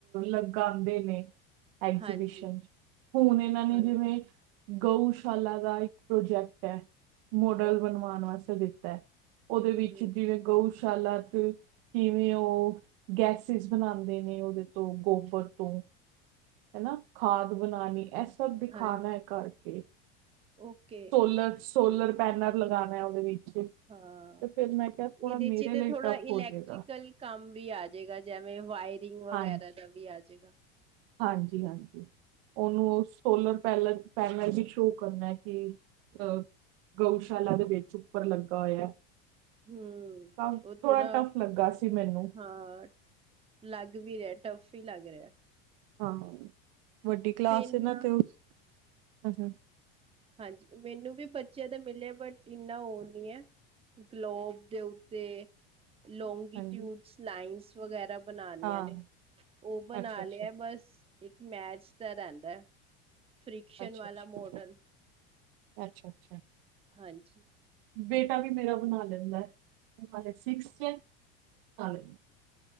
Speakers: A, on the right; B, on the right.
A: ਲਗਾਉਂਦੇ ਨੇ ਐਗਜੀਬਿਸ਼ਨ
B: ਹਾਂਜੀ
A: ਵਿੱਚ ਹੁਣ ਇਹਨਾਂ ਨੇ
B: ਹਾਂ
A: ਜਿਵੇਂ। ਗਊਸ਼ਾਲਾ ਦਾ ਇੱਕ ਪ੍ਰੋਜੈਕਟ ਹੈ ਮੋਡਲ
B: ਓਕੇ
A: ਬਣਵਾਉਣ ਵਾਸਤੇ ਦਿੱਤਾ ਹੈ। ਉਹਦੇ
B: ਹਮ
A: ਵਿੱਚ ਜਿਵੇਂ ਗਊ ਸ਼ਾਲਾ ਤੋਂ ਕਿਵੇਂ ਉਹ ਗੈਸਿਸ ਬਣਾਉਂਦੇ ਨੇ ਉਹਦੇ ਤੋਂ ਗੋਬਰ ਤੋਂ
B: ਹ
A: ਹਨਾ ਖਾਦ ਬਣਾਉਣੀ ਇਹ ਸਭ ਦਿਖਾਉਣਾ
B: ਹਾਂ
A: ਹੈ ਕਰਕੇ।
B: ਓਕੇ
A: ਸੋਲਰ ਸੋਲਰ ਪੈਨਲ ਲਗਾਉਣਾ ਉਹਦੇ ਵਿੱਚ ਤੇ
B: ਹਾਂ
A: ਫਿਰ। ਮੈਂ ਕਿਹਾ ਥੋੜਾ
B: ਇਹਦੇ
A: ਮੇਰੇ
B: 'ਚ ਤੇ
A: ਲਈ
B: ਥੋੜਾ
A: ਟਫ
B: ਇਲੈਕਟ੍ਰੀਕਲ
A: ਹੋ ਜਾਏਗਾ
B: ਕੰਮ ਵੀ ਆਜੇਗਾ ਜਿਵੇਂ। ਵਾਇਰਿੰਗ ਵਗੈਰਾ
A: ਹਾਂਜੀ
B: ਦਾ ਵੀ ਆ ਜਾਏਗਾ।
A: ਹਾਂਜੀ ਹਾਂਜੀ। ਉਹਨੂੰ ਸੋਲਰ ਪੈਲ ਪੈਨਲ ਵੀ ਸ਼ੋਅ ਕਰਨਾ ਕਿ ਅਹ। ਗਊਸ਼ਾਲਾ ਦੇ ਵਿੱਚ ਉੱਪਰ ਲੱਗਾ ਹੋਇਆ।
B: ਹੂੰ,
A: ਕੰਮ
B: ਉਹ ਥੋੜਾ
A: ਟਫ ਲੱਗਾ ਸੀ ਮੈਨੂੰ
B: ਹਾਂ। ਲੱਗ ਵੀ ਰਿਹਾ ਟਫ ਹੀ ਲੱਗ ਰਿਹਾ ਹੈ।
A: ਹਾਂ ਵੱਡੀ ਕਲਾਸ
B: ਇੰਨਾ
A: ਹੈ ਨਾ ਤੇ ਉਹ।
B: ਹਾਂਜੀ ਮੈਨੂੰ ਵੀ ਬੱਚਿਆਂ ਦਾ ਮਿਲਿਆ ਬਟ ਇੰਨਾ ਉਹ ਨੀ ਹੈ। ਗਲੋਬ ਦੇ ਉੱਤੇ ਲੋਂਗੀਟਿਊਡਸ
A: ਹਾਂਜੀ
B: ਲਾਈਨਸ ਵਗੈਰਾ। ਬਣਾਨੀਆਂ
A: ਹਾਂ
B: ਨੇ ਉਹ ਬਣਾ
A: ਅੱਛਾ ਅੱਛਾ
B: ਲਿਆ ਬਸ। ਇੱਕ ਮੈਥ ਦਾ ਰਹਿੰਦਾ ਫਰਿਕਸ਼ਨ
A: ਅੱਛਾ
B: ਵਾਲਾ
A: ਅੱਛਾ
B: ਮੋਡਲ।
A: ਅੱਛਾ ਅੱਛਾ।
B: ਹਾਂਜੀ।
A: ਬੇਟਾ ਵੀ ਮੇਰਾ ਬਣਾ ਲੈਂਦਾ। ਹਲੇ ਸਿਕਸ 'ਚ ਨਾਲੇ।